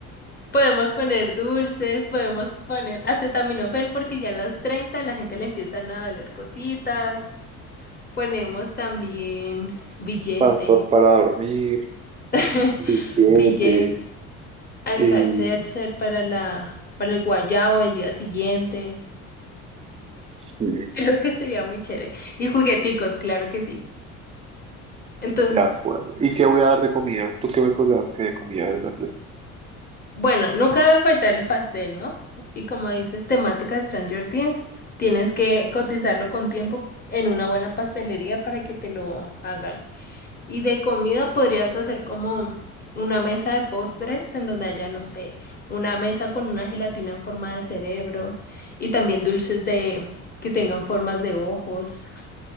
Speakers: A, on the left (about 20°); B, on the right (about 15°).
A: Podemos poner dulces, podemos poner acetaminofén porque ya a las 30 la gente le empiezan a doler cositas. Ponemos también billetes,
B: pastos para dormir,
A: <laughs>
B: billetes,
A: billet, alka
B: eh,
A: para la, para el guayao el día siguiente.
B: sí,
A: Creo que sería muy chévere. Y jugueticos, claro que sí. Entonces
B: de acuerdo. ¿Y qué voy a dar de comida? ¿Tú qué me aconsejas que de comida de la fiesta?
A: Bueno, nunca debe faltar el pastel, ¿no? Y como dices, temática Stranger Things, tienes que cotizarlo con tiempo en una buena pastelería para que te lo hagan. Y de comida podrías hacer como una mesa de postres en donde haya, no sé, una mesa con una gelatina en forma de cerebro y también dulces de que tengan formas de ojos.